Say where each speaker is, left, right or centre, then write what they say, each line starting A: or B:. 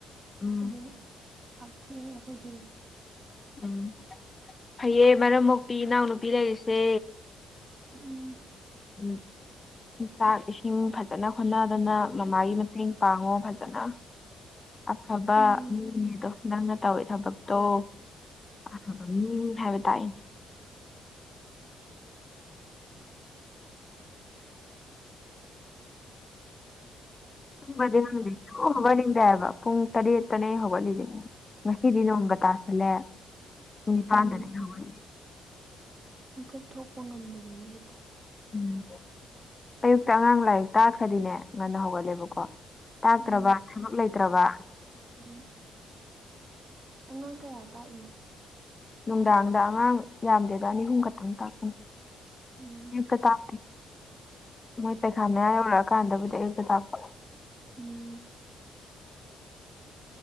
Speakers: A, on the left; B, on the right.
A: ꯎꯝ
B: ꯑꯗꯨꯅ ꯆꯥꯛ ꯊꯦꯡꯉꯦ ꯑꯩꯈꯣꯏꯗꯤ ꯑꯗꯨꯝ
A: ꯎꯝ ꯐꯩꯌꯦ ꯃꯔꯝ ꯃꯣꯛꯄꯤ ꯏꯅꯥꯎꯅꯨꯄꯤ ꯂꯩꯔꯤꯁꯦ
B: ꯎꯝ
A: ꯎꯝ ꯆꯥꯛ ꯏꯁꯤꯡ ꯐꯖꯅ ꯍꯣꯠꯅꯗꯅ ꯃꯃꯥꯒꯤ ꯃꯇꯦꯡ ꯄꯥꯡꯉꯣ ꯐꯖꯅ ꯑꯐꯕ
B: ꯎꯝ
A: ꯃꯤꯅꯤꯗꯣ ꯅꯪꯅ ꯇꯧꯔꯤ ꯊꯕꯛꯇꯣ ꯇꯣ ꯑꯐꯕ ꯃꯤꯅꯤ ꯍꯥꯏꯕ ꯇꯥꯏꯅꯦ ꯇꯨꯡꯕꯗꯤ ꯍꯧꯗꯦ ꯍꯧꯒꯠꯅꯤꯡꯗꯦ ꯍꯥꯏꯕ ꯄꯨꯡ ꯇꯔꯦꯠꯇꯅꯦ ꯍꯧꯒꯠꯂꯤꯁꯤ ꯉꯁꯤꯗꯤ ꯅꯣꯡꯒ ꯇꯥꯁꯜꯂꯦ ꯄꯨꯡ ꯅꯤꯄꯥꯟꯗꯅꯦ
B: ꯎꯝ
A: ꯑꯩꯅ ꯍꯧꯒꯠꯂꯦ
B: ꯃꯤꯀꯞ ꯊꯣꯛꯄ ꯉꯝꯗꯕꯅꯤ ꯍꯦꯛꯇ
A: ꯎꯝ ꯑꯌꯨꯛꯇ ꯑꯉꯥꯡ ꯂꯥꯏꯔꯤꯛ ꯇꯥꯈ꯭ꯔꯗꯤꯅꯦ ꯉꯟꯅ ꯍꯧꯒꯠꯂꯦꯕꯀꯣ ꯇꯥꯛꯇ꯭ꯔꯕ
B: ꯎꯝ
A: ꯊꯕꯛ ꯂꯩꯇ꯭ꯔꯕ
B: ꯎꯝ ꯑꯉꯥꯡ ꯀꯌꯥ ꯇꯥꯛꯏꯅꯣ
A: ꯅꯨꯡꯗꯥꯡꯗ ꯑꯉꯥꯡ ꯌꯥꯝꯗ꯭ꯔꯦꯗ ꯑꯅꯤ ꯑꯍꯨꯝ ꯈꯛꯇꯪ ꯇꯥꯛꯄꯅꯤ
B: ꯎꯝ
A: ꯑꯌꯨꯛꯇ ꯇꯥꯛꯇꯦ ꯃꯣꯏ ꯄꯩꯈꯥ ꯃꯌꯥ ꯌꯧꯔꯛꯑꯀꯥꯟꯗꯕꯨꯗꯤ ꯑꯌꯨꯛꯇ ꯇꯥꯛꯄ
B: ꯎꯝ